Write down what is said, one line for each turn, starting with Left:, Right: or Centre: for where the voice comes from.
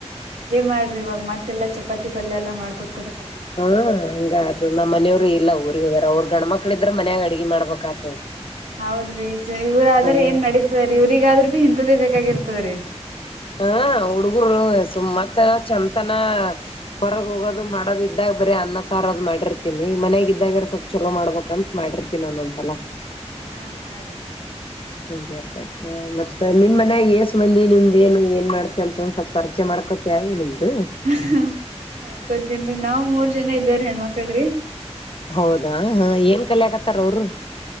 Right: ಅದೇ ಮಾಡ್ರಿ ಇವಾಗ ಮತ್ತೆಲ್ಲ ಚಪಾತಿ ಪಲ್ಯ ಎಲ್ಲ ಮಾಡ್ಕೂತ್ಕೋತ ಟೈಮ ಆಗಿ.
Left: ಹಾ ಹಂಗ ಆತು ನಮ್ಮ್ನೆಯವ್ರು ಇಲ್ಲ ಊರಿಗೆ ಹೋಗ್ಯಾರ ಅವ್ರರು ಗಂಡ್ಮಕ್ಳ ಇದ್ರ ಮನ್ಯಾಗ ಅಡ್ಗೆ ಮಾಡ್ಬೇಕ ಆತದ.
Right: ಹೌದ್ರಿ ಇವ್ರಾದ್ರ
Left: ಹ್ಮ
Right: ಏನ್ ನಡೀತದ ಇವ್ರಗಾದ್ರರು ಭಿ ಇಂತದ್ದೇ ಬೇಕಾಗಿರ್ತದ್ರೀ.
Left: ಹ ಹುಡುಗರು ಸುಮ್ಮತ್ ಚಂತನ. ಹೊರಗೆ ಹೋಗೋದು ಮಾಡೋದ ಇದ್ದಾಗ ಬರೀ ಅನ್ನ ಸಾರ ಅದು ಮಾಡಿರ್ತಿನಿ ಮನ್ಯಾಗ ಇದ್ದಾಗಾರ ಸ. ಚಲೋ ಮಾಡ್ಬೇಕಂತತ್ ಮಾಡಿರ್ತಿನೀ ಒಂದೊಂದಸಲ.
Right: ಹಾ ಹಾ ರೀ.
Left: ಹಂಗೆ ಇರ್ತದ. ಹ ಮತ್ತ ನಿಮ್ ಮನ್ಯಾಗ ಏಸ್ ಬಂದಿ ನಿಮ್ದೇನ್ ಏನ್ ಮಾಡ್ತಿ ಅಂತ ಒಂದ್ ಸ್ವಲ್ಪ ಪರ್ಚೆ ಮಾಡ್ಕೊತಿಯ ಅವಿ ನಿಮ್ದು.
Right: ಹ ಮಾಡ್ಕೊತನ್ರಿ ನಾವ್ ಮೂರ್ ಜನ ಇದೇವ್ರೀ ಹೆಣ್ಮಕ್ಳ್ರೀ.
Left: ಹೌದಾ ಏನ್ ಕಲೆಯಕ್ಕಥರ ಅವರು.